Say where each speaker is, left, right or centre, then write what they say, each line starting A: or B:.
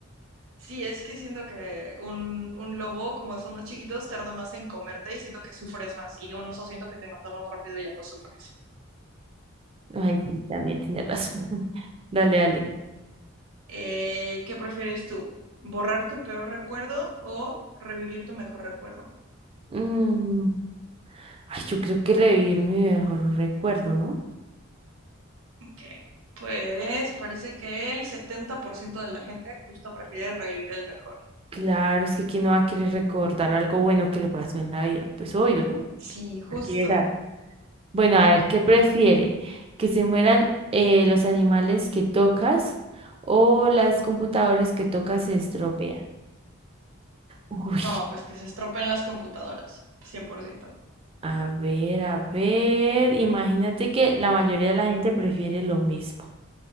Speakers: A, on the right; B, on the right.
A: Sí, es que siento que un, un lobo, como son más chiquitos, tarda más en comerte y siento que sufres más. Y un oso siento que te mata más rápido y ya no sufres.
B: Ay, sí, también tiene razón. <laughs> Dale, dale.
A: Eh, ¿qué prefieres tú? ¿Borrar tu peor recuerdo o revivir tu mejor recuerdo?
B: Mm, ay, yo creo que revivir mi mejor recuerdo, ¿no?
A: Ok. Pues parece que el 70% de la gente justo prefiere revivir el mejor.
B: Claro, es que quién no va a querer recordar algo bueno que le pasó en la vida. Pues obvio, ¿no?
A: Sí, justo.
B: Cualquiera. Bueno, a ver, ¿qué prefiere? ¿Que se mueran eh, los animales que tocas o las computadoras que tocas se estropean? <laughs> Uy,
A: No, pues que se estropeen las computadoras, 100%.
B: a ver, a ver. Imagínate que la mayoría de la gente prefiere lo mismo.